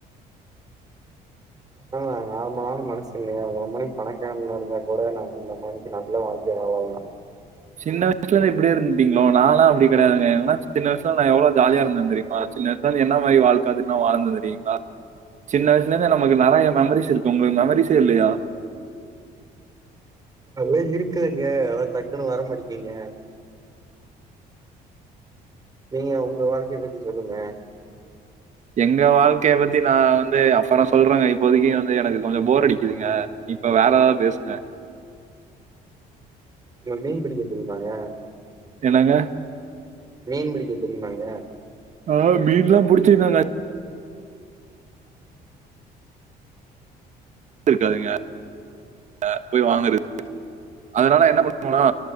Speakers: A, on the right; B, on the right.
A: உண்மதாங்க நார்மலான மனுஷங்க உங்கள மாரி பணக்காரனா இருந்தா கூட நா அந்த மாரி ஒரு நல்ல வாழ்கையா வாழ்லாங்க
B: சின்ன வய்சுலர்ந்தே இப்டியே இருந்துட்டீங்ளோ நாலா அப்டி கெடையாதுங்க நாங்ல்லா சின்ன வய்சுல நாங் எவ்ளோ ஜாலியா இர்ந்தோ தெரியுமா சின்ன வய்சுல என்ன மாரி வாழ்க்க அது இன்னு வாழ்ந்தோ தெரியுங்களா சின்ன வய்சுலர்ந்து நமக்கு நெறைய மெமரிஸ் இருக்கு உங்களுக்கு மெமரிஸே இல்லயா
A: அதுலா இருக்குதுங்க ஆனா டக்குன்னு வர மாட்டிக்கீங்க நீங்க உங்க வாழ்க்கைய பத்தி சொல்லுங்க
B: எங்க வாழ்க்கைய பத்தி நா வந்து அப்பறோ சொல்றங்க இப்போதிக்கு வந்து எனக்கு கொஞ்சோ போர் அடிக்கிதுங்க இப்ப வேற எதாது பேசுங்க
A: உங்களுக்கு மீன் பிடிக்க தெரியுமாங்க
B: என்னங்க
A: மீன் பிடிக்க தெரியுமாங்க
B: ஆ மீன்லா புடுச்சுனனை இருக்காதுங்க அ போய் வாங்கறது அதுனால என்ன பண்ணனுனா